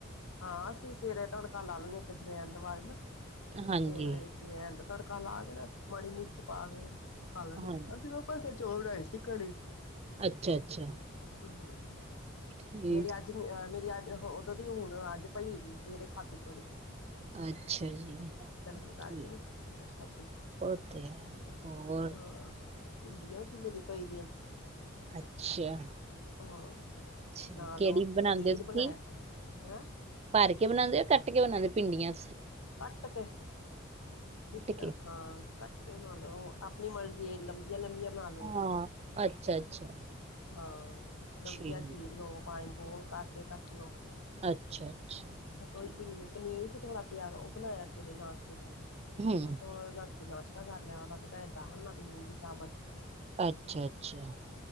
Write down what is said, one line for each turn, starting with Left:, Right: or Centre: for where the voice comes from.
Left: ਹਾਂ ਅਸੀਂ ਸਵੇਰੇ ਤੁਹਾਡੇਕਾਰ ਲਾ ਲੈਦੇ ਐ, ਇੱਕ ਜਵੈਨ ਦੀਵਾਲੀ ਨਾ
Right: ਹਾਂਜੀ
Left: ਤੇਲ ਦੇ ਵਿੱਚ ਜੇ ਐਦਾ ਤੜਕਾ ਲਾ ਦੇਣਾ ਮਾੜੀ ਮਿਰਚ ਪਾ ਕੇ ਖਾ ਲੈਦੇ
Right: ਹਾਂਜੀ
Left: ਆ, ਅਸੀਂ ਫ ਚੋਲ ਆਏ ਸੀ ਘੜੇ
Right: ਅੱਛਾ, ਅੱਛਾ,
Left: ਹੂੰ
Right: ਠੀਕ
Left: ਮੇਰੀ ਅੱਜ, ਹ ਮੇਰੀ ਅੱਜ ਉਦੋਂ ਦੀ ਹੁਣ ਅੱਜ ਪਈ ਸੀ, ਸਵੇਰੇ ਖਾੀ ਕੜੀ-
Right: ਅੱਛਾ ਜੀ
Left: ਗਰਮ ਕਰਕੇ
Right: ਠੀਕ
Left: ਨਾ ਉਹ ਖਾਧੀ,
Right: ਉਹ ਤੇ ਹੈ ਹੋਰ
Left: ਹਾਂ। ਭਿੰਡੀਆਂ ਸੀ ਮੇਰੀ ਪਾਈ ਦੀਆਂ,
Right: ਅੱਛਾ,
Left: ਹਾਂ
Right: ਠੀਕ
Left: ਨਾਲ
Right: ਕਿਹੜੀ
Left: ਉਹ ਅਸੀ
Right: ਬਣਾਉਂਦੇ
Left: ਪਨੀਰ
Right: ਹੋ
Left: ਬਣਾਇਆ
Right: ਤੁਸੀਂ
Left: ਸੀ ਹੈਂ।
Right: ਭਰ ਕੇ ਬਣਾਦੇ ਕੱਟ ਕੇ ਬਣਾਦੇ ਭਿੰਡੀਆਂਂ,
Left: ਕੱਟ ਕੇ ਜਿੱਦਾਂ
Right: ਕੇ
Left: ਹਾਂ ਕੱਟ ਕੇ ਲਓ, ਆਪਣੀ ਮਰਜ਼ੀ ਐ ਜਾਂ ਲੰਬੀਆਂ ਬਣਾ ਲਓ,
Right: ਹਾਂ ਅੱਛਾ ਅੱਛਾ
Left: ਹਾਂ ਲੰਬੀਆਂ
Right: ਠੀਕ
Left: ਚੀਰ ਲਉ। ਬਾਂਗੋਲ ਕਰਕੇ ਕੱਟ ਲਓ।
Right: ਅੱਛਾ, ਅੱਛਾ,
Left: ਬਸ ਉਹਹੀ
Right: ਠੀਕ।
Left: ਪੀ ਪਨੀਰ ਸੀ, ਥੋੜਾ ਪਿਆ ਉਹ ਬਣਾਇਆ ਸਵੇਰੇ ਨਾਸ਼ਤੇ ਚ
Right: ਹਮ
Left: ਬਸ ਅ ਨਾਸ਼ਤਾ ਕਰ ਲਿਆ, ਵਾਲਾ ਦਾਲ ਪੈਏ ਦਾ ਵਾਲੀ ਮੂੰਗੀ ਸਾਬਤ
Right: ਅੱਛਾ, ਅੱਛਾ,